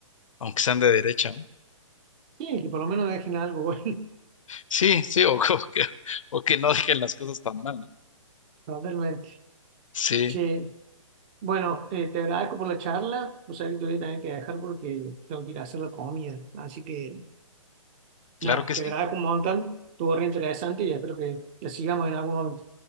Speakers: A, on the left; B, on the right.
A: aunque sean de derecha, ¿no?
B: Sí, que por lo menos dejen algo bueno, <laughs>
A: Sí, sí, o, <laughs> o que, o que no dejen las cosas tan mal, ¿no?
B: totalmente.
A: Sí,
B: Che, bueno, eh, te agradezco por la charla. O sea, que te voy a tener que dejar porque tengo que ir a hacer la comida. Así que
A: claro
B: nada,
A: que
B: te
A: sí,
B: agradezco un montón. Estuvo re interesante y espero que, que sigamos en algún momento.